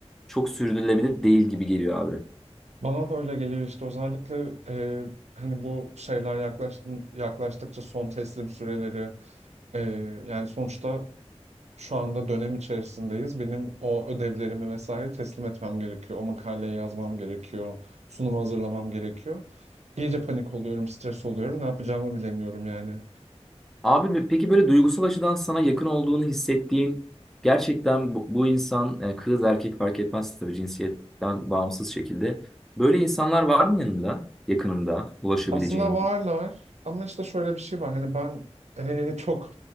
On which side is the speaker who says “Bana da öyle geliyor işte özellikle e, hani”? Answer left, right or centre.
Right